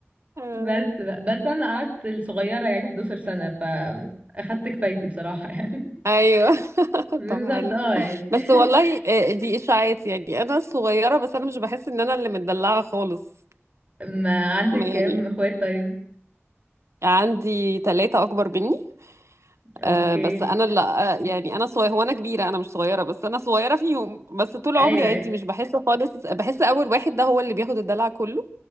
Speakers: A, on the right; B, on the right.
A: آه.
B: بس بس أنا قعدت الصغيرة يعني 11 سنة فأخدت كفايتي بصراحة يعني <laughs>
A: ايوه <laughs>
B: بالظبط
A: طب حلو
B: اه يعني
A: بس
B: <laughs>
A: والله آه، دي اشاعات يعني انا صغيره بس انا مش بحس ان انا اللي متدلعه خالص
B: ما عندك
A: يعني
B: كام اخوات طيب
A: عندي ثلاثه اكبر مني
B: اوكي
A: آه بس انا اللي آه يعني انا صغيره هو انا كبيره انا مش صغيره بس انا صغيره فيهم بس طول
B: ايوه
A: عمري عادي
B: ايوه
A: مش بحس خالص بحس اول واحد ده هو اللي بياخد الدلع كله